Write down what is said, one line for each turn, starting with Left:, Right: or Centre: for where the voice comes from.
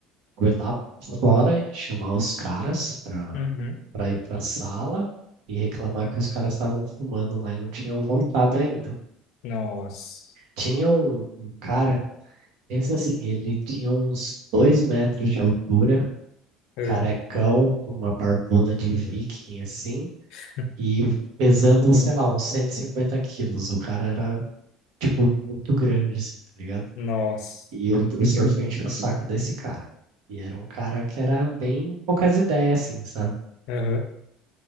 Right: foi lá fora chamar os caras pra,
Left: Uhum.
Right: pra ir pra sala e reclamar que os caras estavam fumando lá e não tinham voltado ainda.
Left: Nossa.
Right: Tinha um, um cara, pensa assim, ele tinha uns dois metros de altura,
Left: É.
Right: carecão, com uma barbona de viking assim,
Left: <laughs>
Right: e pesando, sei lá, uns 150 quilos. O cara era, tipo, muito grande, assim, tá ligado?
Left: Nossa.
Right: E o professor sempre <laughs> enchendo o saco desse cara. E era um cara que era bem poucas ideias, assim, sabe?
Left: Aham.